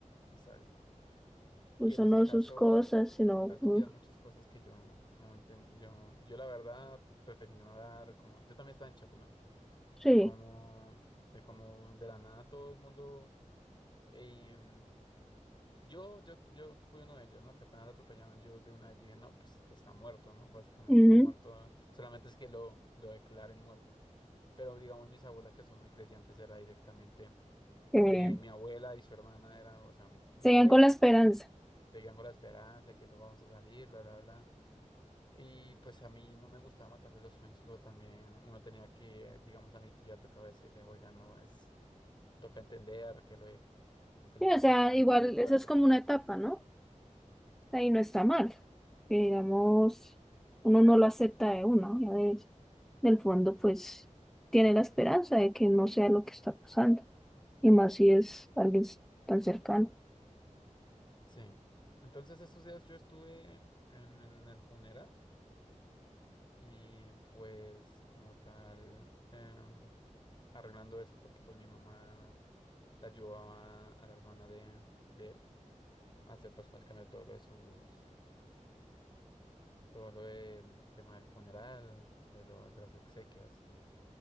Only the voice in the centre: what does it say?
Incluso
no
sus cosas, sino...
como-
Sí.
Ujú.
Eh,
seguían
con la esperanza.
Sí,
o sea,
igual
eso es como una etapa, ¿no? Ahí no está mal. Que digamos, uno no lo acepta de uno, ya de- del fondo, pues tiene la esperanza de que no sea lo que está pasando. Y más si es alguien s- tan cercano.